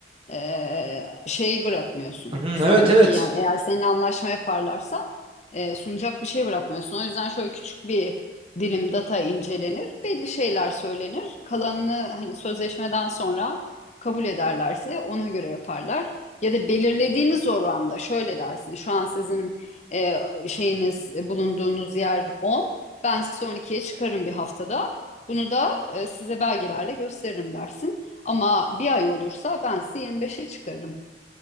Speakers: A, on the left (about 40°); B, on the right (about 30°).
A: e, şey bırakmıyorsun
B: Hı,
A: bir sonraki
B: evet evet.
A: yani eğer seninle anlaşma yaparlarsa e, sunacak bir şey bırakmıyorsun. O yüzden şöyle küçük bir dilim data incelenir, belli şeyler söylenir. Kalanını hani sözleşmeden sonra kabul ederlerse ona göre yaparlar. Ya da belirlediğiniz oranda şöyle dersin. Şu an sizin e, şeyiniz e, bulunduğunuz yer 10. Ben size 12'ye çıkarım bir haftada. Bunu da e, size belgelerle gösteririm dersin. Ama bir ay olursa ben sizi 25'e çıkarım.